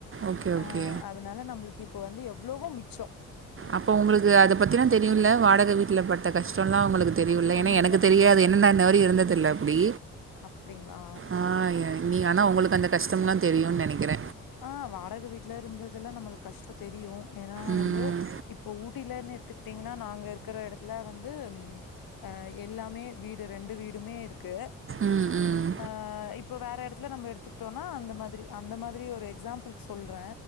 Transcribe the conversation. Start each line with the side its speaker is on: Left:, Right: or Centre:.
Right: ஓகே ஓகே
Left: அ அதுனால நம்ப்ளுக்கு இப்பொவந்து எவ்ளோவோ மிச்சொ
Right: அப்ப உங்களுக்கு அத பத்தினா தெரியுல்ல வாடக வீட்டுல பட்ட கஷ்டொல்லா உங்குளுக் தெரியுல்ல
Left: கண்டிப்பா
Right: என்னா எனக்கு
Left: தெரியும்.
Right: தெரியாது என்னன்ன நா வரியு இருந்ததில்ல அப்புடி
Left: அப்டிங்களா?
Right: அ ஏ நீ ஆன்னா உங்களுக்கு அந்த கஷ்டம்லா தெரியுன் நெனைக்கிற
Left: அ வாடக வீட்ல இருந்ததுல்ல நம்மளுக்கு கஷ்டொ தெரியு ஏனா
Right: ம்
Left: வந்து இப்போ ஊட்டிலன்னு எடுத்துக்கிட்டிங்க்ன்னா நாங்க இருக்குற எடத்துல வந்து அ எல்லாமே வீடு ரெண்டுவீடுமே இருக்கு
Right: ம் ம்
Left: அ இப்ப வேற எடத்துல நம்ப எடுத்துக்கிட்டோன்னா அந்த மாதிரி அந்த மா திரி ஒரு எக்ஸாம்புள்க்கு சொல்றெ